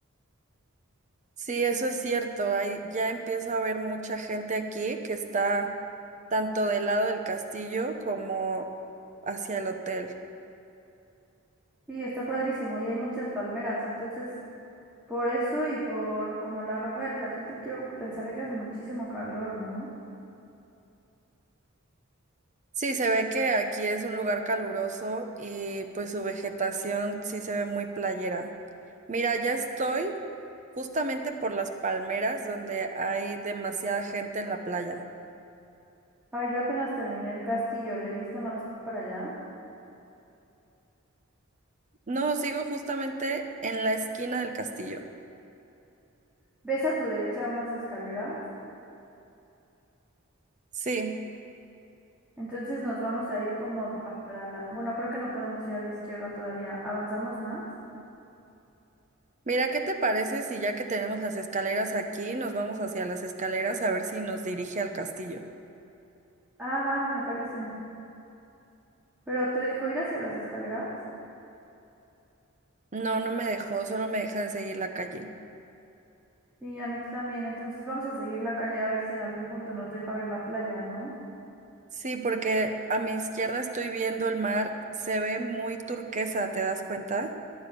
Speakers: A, on the right; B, in the centre.
A: Sí, eso es cierto. Hay, ya empiezo a ver mucha gente aquí que está tanto del lado del castillo como hacia el hotel.
B: Y está padrísimo y hay muchas palmeras, entonces por eso y por como la ropa de la gente quiero pensar que hace muchísimo calor, ¿no?
A: Sí, se ve que aquí es un lugar caluroso y pues su vegetación sí se ve muy playera. Mira, ya estoy justamente por las palmeras donde hay demasiada gente en la playa.
B: Ah, yo apenas terminé el castillo, ¿le diste más para allá?
A: No, sigo justamente en la esquina del castillo.
B: ¿Ves a tu derecha unas escaleras?
A: Sí,
B: Entonces nos vamos a ir como pa- para la... Bueno, creo que no podemos ir a la izquierda todavía. ¿Avanzamos más?
A: mira, ¿qué te parece si ya que tenemos las escaleras aquí, nos vamos hacia las escaleras a ver si nos dirige al castillo?
B: Ah, va, me parece. ¿Pero te dejo ir hacia las escaleras?
A: No, no me dejó, solo me deja de seguir la calle.
B: Sí, a mí también. Entonces vamos a seguir la calle a ver si en algún punto nos deja ver la playa, ¿no?
A: Sí, porque a mi izquierda estoy viendo el mar, se ve muy turquesa, ¿te das cuenta?